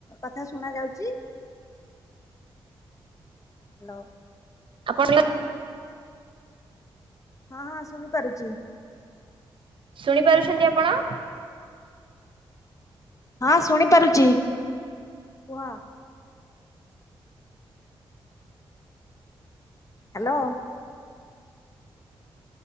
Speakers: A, on the left; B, on the right.
A: କଥା ଶୁଣା ଯାଉଚି? ହ୍ୟାଲୋ।
B: ଆପଣିୟର
A: ହଁ ହଁ ଶୁଣିପାରୁଚି।
B: ଶୁଣିପାରୁଛନ୍ତି ଆପଣ?
A: ହଁ ଶୁଣି ପାରୁଛି କୁହ? ହ୍ୟାଲୋ।